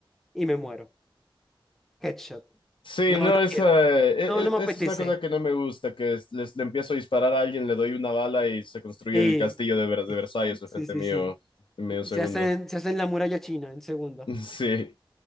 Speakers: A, in the centre; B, on the left.
A: y me muero. Headshot.
B: Sí,
A: No,
B: no,
A: no
B: esa,
A: quiero.
B: e- e-
A: No, no me
B: esa
A: apetece.
B: es una cosa que no me gusta, que es- les, le empiezo a disparar a alguien, le doy una bala y se construye
A: Y
B: el castillo de, Vers- de Versalles al
A: sí,
B: frente
A: sí,
B: mío
A: sí.
B: en medio segundo.
A: Se hacen,
B: <laughs>
A: se hacen la muralla china en segundos.
B: Sí,